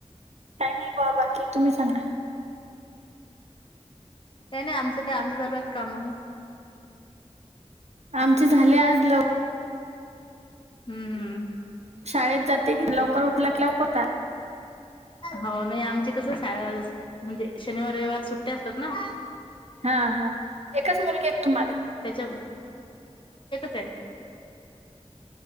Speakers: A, on the right (about 65°); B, on the left (about 45°).
A: काय नाही बावा बाकी तुम्ही सांगा.
B: काय नाही आमचं काय आमचं चालु आहेत काम.
A: आमचे झाले आज लव.
B: हम्म हम्म.
A: शाळेत जाते की लवकर उठला की. <unintelligible>
B: हो नाही आमचे कसं म्हणजे शनिवार रविवार सुट्टया असतात ना.
A: हा हा एकच मुलगी आहे का तुम्हाला.
B: त्याच्या <unintelligible>